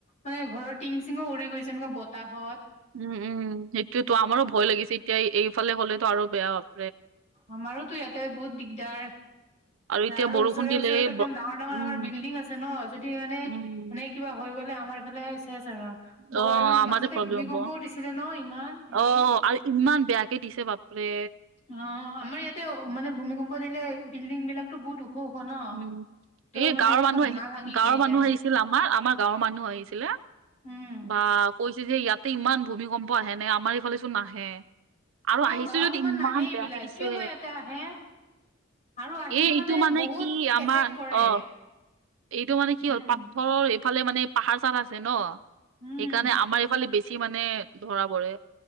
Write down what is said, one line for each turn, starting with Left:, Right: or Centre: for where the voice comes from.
Left: মানে ঘৰৰ টিং চিঙো উৰি গৈছে এনেকুৱা বতাহত।
Right: উম উম সেইটোয়ো
Left: এনেকুৱা
Right: আমাৰো
Left: আৰু
Right: ভয় লাগিছে এতিয়া এইফালে হলেতো আৰু বেয়া ভ।
Left: আমাৰোতো ইয়াতে বহুত দিগদাৰ।
Right: এতিয়া
Left: আৰু
Right: বৰষুণ
Left: ওচৰে
Right: দিলে
Left: ওচৰেতো
Right: এই
Left: একদম
Right: ব-
Left: ডাঙৰ ডাঙৰ
Right: উম,
Left: আমাৰ বিল্ডিং আছে ন যদি মানে
Right: উম,
Left: এনেই কিবা হৈ গ'লে আমাৰ। ফালে চেছ।
Right: অ'
Left: বৌ আৰু
Right: আমাৰে
Left: মাজতে
Right: প্ৰব্লেম
Left: ভূমিকম্পও
Right: হ'ব।
Left: দিছিলে ন ইমান হেৰি।
Right: অ আৰু ইমান বেয়াকে দিছে বাপৰে।
Left: অ আমাৰ ইয়াতে মানে ভূমিকম্প দিলে বিল্ডিং বিলাকতো বহুত ওখ ওখ ন।
Right: উম
Left: ত'
Right: এই
Left: মানে
Right: গাঁৱৰ
Left: এনেকুৱা
Right: মানুহ
Left: ভাঙা
Right: আহি
Left: ভাঙি
Right: গাঁৱৰ
Left: হৈ
Right: মানুহ
Left: যায়
Right: আহিছিল আমাৰ আমাৰ গাঁৱৰ মানুহ আহিছিলে।
Left: উম
Right: বা কৈছে যে ইয়াতে ইমান ভূমিকম্প আহে নে আমাৰ এইফালে চোন নাহে। আৰু
Left: অ
Right: আহিছো
Left: গাঁৱত
Right: যদি ইমান
Left: নাহে এইবিলাক
Right: বেয়াকে দিছে।
Left: কিয় বা ইয়াতে আহে আৰু আহিলে
Right: এ এইটো মানে
Left: বহুত
Right: কি। কি আমাৰ
Left: এফেক্ট কৰে।
Right: অ এইটো মানে কি
Left: উম,
Right: হ'ল পাথৰৰ। ইফালে মানে পাহাৰ চাৰ আছে ন
Left: উম,
Right: সেইকাৰণে আমাৰ ইফালে বেছি মানে ধৰা পৰে।